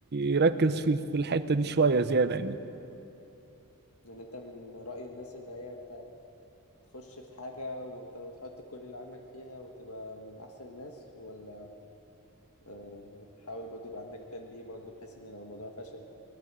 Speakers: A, on the right; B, on the left.
A: يركز في في الحتة دي شوية زيادة يعني
B: يعني انت من رأي الناس اللي هي انت تخش في حاجة وت- وتحط كل اللي عندك فيها وتبقى من أحسن الناس ولا آه، تحاول برضه يبقى عندك بلان بي برضه بحيث ان لو الموضوع فشل